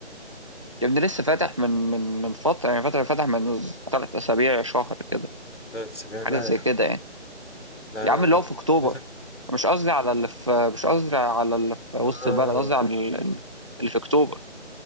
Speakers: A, on the right; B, on the left.
A: يا ابني لسه فاتح من من من فتره يعني فاتح فاتح من ثلاث اسابيع شهر كده
B: ثلاث اسابيع
A: حاجه
B: لا
A: زي
B: يا عم
A: كده يعني
B: لا
A: يا
B: لا
A: عم
B: ما
A: اللي هو في اكتوبر
B: اللي فات
A: مش قصدي على اللي في مش قصدي على اللي في وسط
B: آه
A: البلد قصدي على ال- ال- اللي في اكتوبر